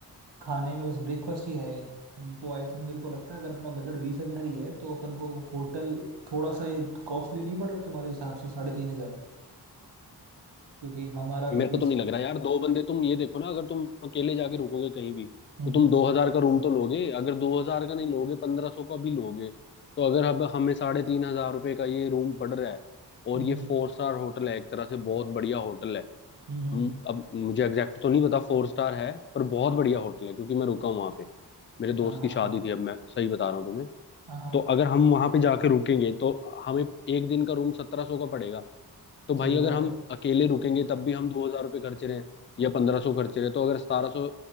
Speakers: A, on the right (about 80°); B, on the left (about 30°).
A: खाने में बस ब्रेकफास्ट ही है हमको आई थिंक मेरे को लगता है अगर अपना बजट बीस हजार ही है तो अपन को होटल थोड़ा सा ये कॉस्टली नहीं पड़ रहा तुम्हारे हिसाब से साढ़े तीन हजार क्योंकि हमारा तो
B: मेरे को
A: बीस
B: तो नहीं लग रहा यार दो बंदे तुम ये देखो ना अगर तुम अकेले जाके रुकोगे कहीं भी
A: हम्म
B: तो तुम दो हजार का रूम तो लोगे अगर दो हजार का नहीं लोगे पंद्रह सौ का भी लोगे तो अगर अब हमें साढ़े तीन हजार रुपए का ये रूम पड़ रहा है और
A: हम्म
B: ये
A: हम्म हम्म
B: फोर स्टार होटल है एक तरह से बहुत बढ़िया होटल है
A: हम्म, हम्म,
B: हम-
A: हम्म।
B: अब मुझे एग्जैक्ट तो नहीं पता फोर स्टार है पर बहुत बढ़िया होटल है क्योंकि मैं रुका हूँ वहां पे मेरे दोस्त
A: हाँ हाँ
B: की शादी
A: हाँ
B: थी अब मैं सही बता रहा हूँ तुम्हें
A: हाँ हाँ
B: तो अगर हम वहां पे जाके रुकेंगे तो हमें एक दिन का रूम सत्रह सौ का पड़ेगा तो भाई
A: सही
B: अगर
A: बात
B: हम
A: है
B: अकेले रुकेंगे तब भी हम दो हजार रुपये खर्च रहे हैं या पंद्रह सौ खर्च रहे हैं तो अगर सतारह सौ